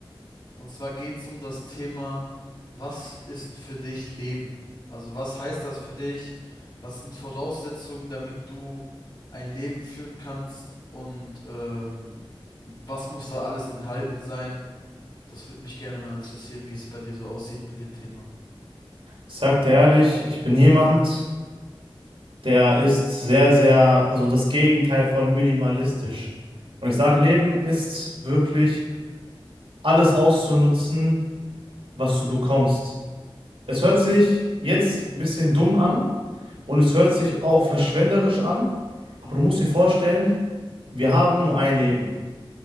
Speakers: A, on the left (about 50°); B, on the right (about 75°).
A: Und zwar geht's um das Thema, was ist für dich Leben? Also was heißt das für dich? Was sind Voraussetzungen, damit du ein Leben führen kannst? Und ähm, was muss da alles enthalten sein? Das würde mich gerne mal interessieren, wie es bei dir so aussieht mit dem Thema.
B: Ich sag dir ehrlich, ich bin jemand, der ist sehr, sehr, also das Gegenteil von minimalistisch. Und ich sage, Leben ist wirklich alles auszunutzen, was du bekommst. Es hört sich jetzt ein bisschen dumm an und es hört sich auch verschwenderisch an, aber du musst dir vorstellen, wir haben nur ein Leben,